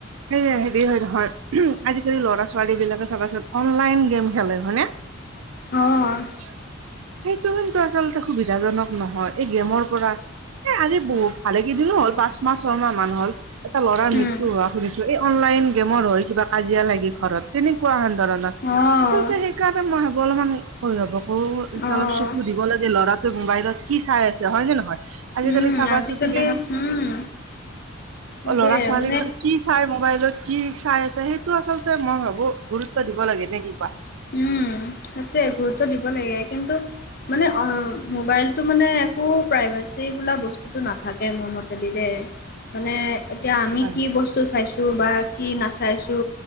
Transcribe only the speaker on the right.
হে হেৰি হয় নহয় আজিকালি ল'ৰা ছোৱালীবিলাকে চাবা অনলাইন গেম খেলে হয়নে
<unintelligible> সেইটো কিন্তু আচলতে সুবিধাজনক নহয় এই গেমৰ পৰা এ আজি বহুত ভালেকেইদিনো হ'ল পাঁচমাহ ছয়মাহ মান হ'ল এটা ল'ৰাৰ
মৃত্যু হোৱা এই অনলাইন গেমৰ হৈ কিবা কাজিয়া লাগে ঘৰত তেনেকোৱা এন ধৰণৰ
আচলতে কা হেঁতেন মই ভাবো অলপমান অভিভাবকো এতিয়া
অলপ চকু দিব লাগে ল'ৰা ত মোবাইলত কি চাই আছে হয় নে নহয়? আজিকালি
চাবাছোন
তুমি?
অ ল'ৰা - ছোৱালীবিলাক
কি চাই মোবাইলত কি চাই আছে সেইটো আচলতে মই ভাবো গুৰুত্ব দিব লাগে নে কি কোৱা?
হয়।